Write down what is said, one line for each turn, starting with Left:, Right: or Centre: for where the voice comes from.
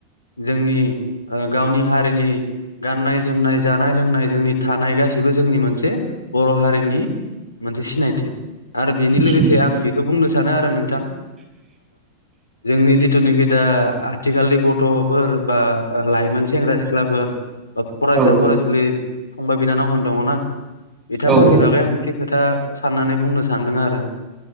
Left: जोंनि गावनि हारि नि गाननाय जोमनाय जानाय लोंनाय जोंनि थानाय गसिबो जोंनि मोनसे बर' हारिनि मोनसे सिनायथि आरो बेनि
Right: सिनाय
Left: लोगोसे आं बेखौ बुंनो सानो आरो नोंथां जोंनि जिथुनाखि दा आथिखालनि गथ'फोर बा लाइमोन सेंग्रा सिख्लाफोर फरायसा
Right: औ
Left: फरायसुलि
Right: औ
Left: फंबाय बिनानावमोन दङना बिथांमोननि
Right: औ औ
Left: बागै आं एसे खोथा साननानै बुंनो सानदों आरो